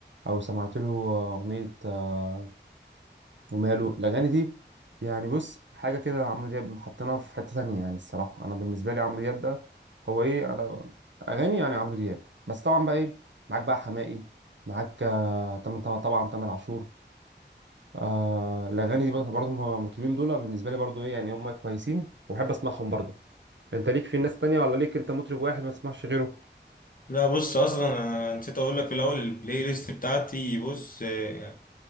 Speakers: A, on the right (about 75°); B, on the left (about 45°).
A: او سمعت له اغنيه آه، وماله الاغاني دي يعني بص حاجه كده عمرو دياب حطينا في حته تانية يعني الصراحه انا بالنسبه لي عمرو دياب ده هو ايه انا اغاني يعني عمرو دياب بس طبعا بقى ايه معاك بقى حماقي معاك آه، طبعا طبعا طبعاً تامر عاشور آه الاغاني دي برضه برضه المطربين دول بالنسبه لي برضه ايه يعني هم كويسين وبحب اسمعهم برضه انت ليك في ناس تانية ولا ليك انت مطرب واحد ما تسمعش غيره
B: لا بص اصلا انا نسيت اقول لك في الاول البلاي ليست بتاعتي بص آه،